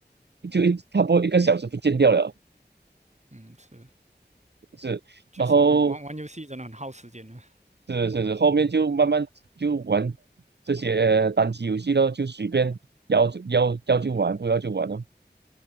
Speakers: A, on the right; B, on the right.
A: 就一差不多一个小时不见掉了，
B: 嗯，是，
A: 是，
B: 确实玩玩游戏真的很耗时间的。
A: 然后是是是，后面就慢慢就玩这些单机游戏咯，就随便要要要就玩，不要就玩咯。